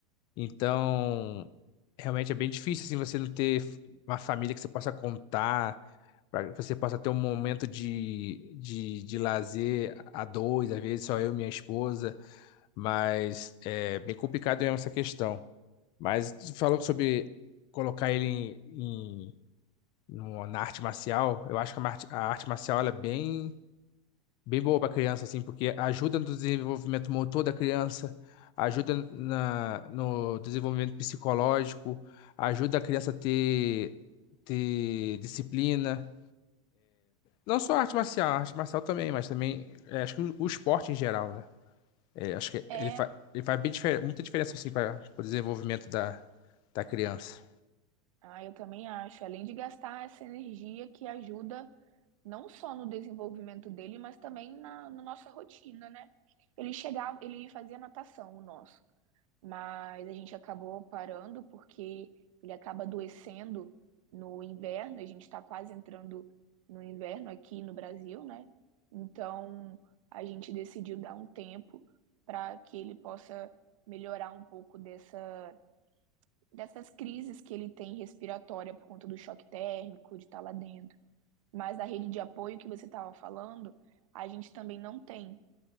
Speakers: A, on the left; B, on the right.
A: Então, realmente é bem difícil assim você não ter uma família que você possa contar, para que você possa ter um momento de, de, de lazer a dois, às vezes só eu e minha esposa. Mas é bem complicado mesmo essa questão. Mas tu falou sobre colocar ele em, em- no- na arte marcial. Eu acho que a, marte- a arte marcial ela é bem, bem boa para criança, assim, porque ajuda no desenvolvimento motor da criança, ajuda na, no desenvolvimento psicológico, ajuda a criança a ter, ter disciplina. Não só a arte marcial, a arte marcial também, mas também é, acho que o, o esporte em geral, né? É, acho que
B: É,
A: ele, fa ele faz bem difer- muita diferença assim para o desenvolvimento da, da criança.
B: ah, eu também acho. Além de gastar essa energia que ajuda não só no desenvolvimento dele, mas também na, na nossa rotina, né? Ele chegava, ele fazia natação, o nosso, mas a gente acabou parando porque ele acaba adoecendo no inverno, a gente está quase entrando no inverno aqui no Brasil, né? Então a gente decidiu dar um tempo para que ele possa melhorar um pouco dessa, dessas crises que ele tem respiratória por conta do choque térmico, de estar lá dentro. Mas da rede de apoio que você estava falando, a gente também não tem